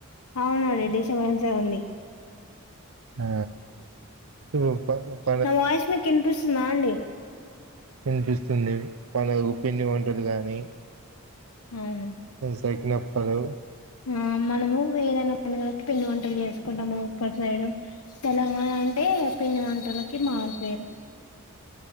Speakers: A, on the left; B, on the right.
A: అవునండి డిస్టర్బన్స్ ఏ ఉంది
B: ఆ ఇ ప ప
A: నా వాయిస్ మీకు వినిపిస్తుందా అండి
B: వినిపిస్తుంది మన పిండి వంటలు గాని
A: అవు
B: తగినప్పలు
A: ఆ మనము ఏదైనా పండగలకి పిళ్లి వంటలు చేసుకుంటాము. ఒక్క సైడ్ తెలంగాణ అంటే పిండి వంటలకి మారుపేరు